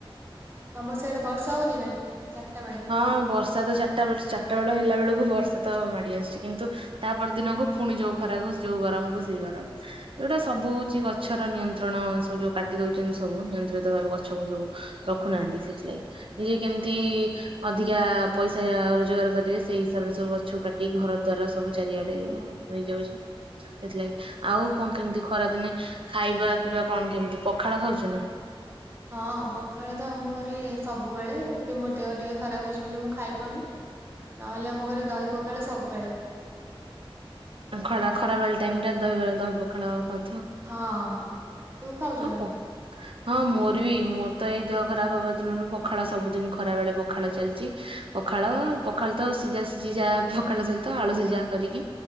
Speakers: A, on the right; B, on the right.
A: ତମ ସେଆଡ଼େ ବର୍ଷା ହୋଉଚି ନା? ଚାରିଟା ବେଳେ?
B: ହଁ ବର୍ଷା ତ ଚାରଟା ବର୍ଷ ଚାରଟା ବେଳ ହେଲା ବେଳୁକୁ ବର୍ ଷା ତ ମାଡ଼ି ଆସୁଚି କିନ୍ତୁ ତା ପର ଦିନକୁ ଫୁଣି ଯୋଉ ଖରାକୁ ଯୋଉ ଗରମକୁ ସେଇ ଗରମ। ଯୋଉଟା
A: ହଁ
B: ସବୁ ହୋଉଚି ଗ ଓଛର ନିୟନ୍ତ୍ରଣ ସବୁ ଯୋଉ କାଟି ଦୋଉଚନ୍ତି ସବୁ ନିୟନ୍ତ୍ରିତ ଭାବେ ଗଛକୁ ସବୁ ରଖୁନାହାନ୍ତି ସେଥିଲାଗି। ନିରେ ତି ଅ
A: ହଁ।
B: ଅଧିକା ପଇସା ରୋଜଗାର କରିବେ ସେଇ ହିସାବରେ ସବୁ ଗଛକୁ କାଟି ଘର ଦ୍ୱାର ସବୁ ଚାରିଆଡ଼େ
A: ହଁ।
B: ଧୋଇ ଯାଉଚି ସେଥିଲାଗି ଆଉ କଁ କେମତି ଖରାଦିନେ ଖାଇବା ପିଇବା କଣ କେମତି ପଖାଳ ଖାଉଚ ନାଁ?
A: ହଁ ପଖାଳ ତ ଆମ ଘରେ ସ ବୁବେଳେ ଏବେ ମୋର ଦେହ ଟିକେ ଖରାପ ଅଛି ବୋଲି ମୁଁ ଖାଇପାରୁନି ନହେଲେ ଆମ ଘରେ ଦହି ପକାଳ ସବୁବେଳେ
B: ଖଳା ଖରା ବେଳେ ଟାଇମଟା ଦହିବରା ଦହି ପଖାଳ ଖାଉ
A: ହଁ। ତୁ ଖାଉଛୁ
B: ଆଉ
A: ନା
B: ପ ହଁ ମୋର ବି ମୋର ତ ଏଇ ଦେହ ଖରାପ ହବା ଦିନରୁ ପଖାଳ ସବୁଦିନ ଖରା ବେଳେ ପଖାଳ ଚାଲିଚି। ପଖାଳ
A: ହଁ
B: ପଖାଳ ତ ସିଜି ସି ସିଏ ଯା ପଖାଳ ସହିତ ଆଳୁ ସିଜା କରିକି